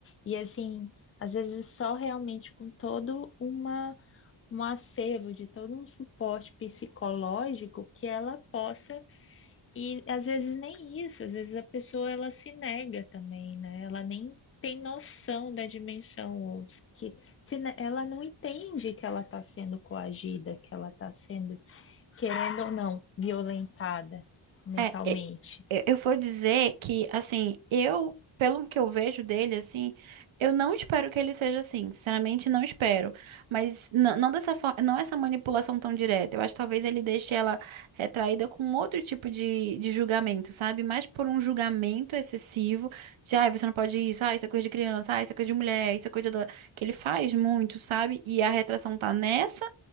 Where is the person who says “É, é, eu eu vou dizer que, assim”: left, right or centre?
Right